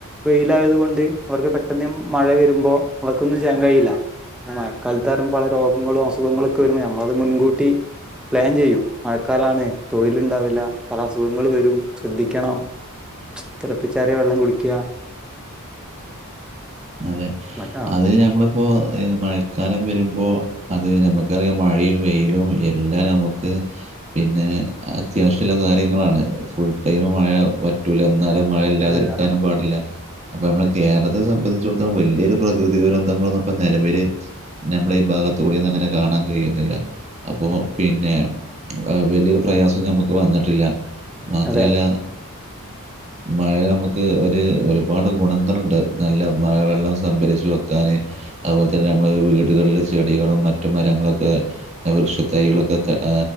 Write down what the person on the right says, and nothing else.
അതെ
അത് നഞമ്മളിപ്പോ അത് മഴക്കാലം വരുമ്പോൾ അത് നമുക്കറിയാം മഴയും വെയിലും എല്ലാം നമുക്ക് പിന്നെ അത്യാവശ്യമുള്ള കാര്യങ്ങളാണ് ഫുൾ ടൈം മഴ പറ്റൂല എന്നാലും മഴയില്ലാതിരിക്കാനും
പാടില്ല അപ്പൊ നമ്മള് കേരളത്തെ സംബന്ധിച്ചടത്തേ ഇ വലിയൊരു പ്രകൃതി ദുരന്തങ്ങളൊന്നും ഇപ്പോ നിലവൽ നമ്മള ഈ ഭാഗത്ത കൂടെന്ന അങ്ങനെ കാണാൻ കഴിയുന്നില്ല അപ്പോ പിന്നെ വലിയൊരു പ്രയാസം ഞമ്മുക്ക് വന്നിട്ടില്ല മാത്രല്ല
മഴ നമുക്ക് ഒരു ഒരുപാട് ഗുണങ്ങളുണ്ട് നല്ല മഴ വെള്ളം സംഭരിച്ചച്ച് വെക്കാാന് അതുപോലെ തന്നെ നമ്മുടെ വീടുകളില് ചെടികളും മറ്റു മരങ്ങളൊക്കെ വൃക്ഷ തൈകളൊക്കെ ആ